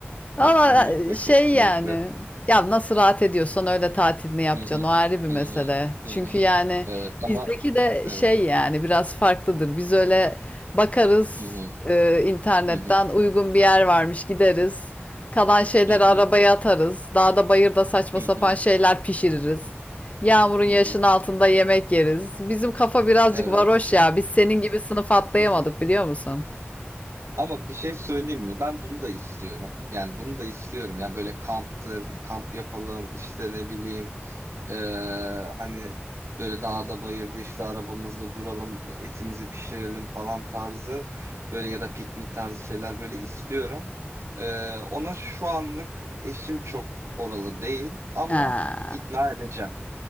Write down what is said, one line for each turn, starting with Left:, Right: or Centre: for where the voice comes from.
Left: Valla
Right: Kesinlikle,
Left: e, şey
Right: kesinlikle.
Left: yani ya nasıl rahat ediyorsan öyle tatilini yapacaksın
Right: Hı hı,
Left: o ayrı bir mesele.
Right: hı hı,
Left: Çünkü
Right: hı hı.
Left: yani
Right: Evet ama
Left: bizdeki de
Right: evet.
Left: şey yani biraz farklıdır. Biz öyle bakarız
Right: Hı hı,
Left: e, internetten
Right: hı hı,
Left: uygun bir yer varmış gideriz. Kalan şeyleri
Right: hı hı,
Left: arabaya atarız. Dağda bayırda saçma
Right: hı
Left: sapan
Right: hı,
Left: şeyler pişiririz. Yağmurun yaşın
Right: hı hı.
Left: altında yemek yeriz. Bizim kafa birazcık
Right: Evet.
Left: varoş ya. Biz senin gibi sınıf atlayamadık
Right: <laughs>
Left: biliyor musun?
Right: Ama bir şey söyleyeyim mi? Ben bunu da istiyorum. Yani bunu da istiyorum. Yani böyle kamptır, kamp yapalım, işte ne bileyim. Ee, hani böyle dağda bayırda işte arabamızda duralım, etimizi pişirelim falan tarzı böyle ya da piknik tarzı şeyler böyle istiyorum. Ee, ona şu anlık eşim çok oralı değil ama
Left: Ha.
Right: ikna edeceğim.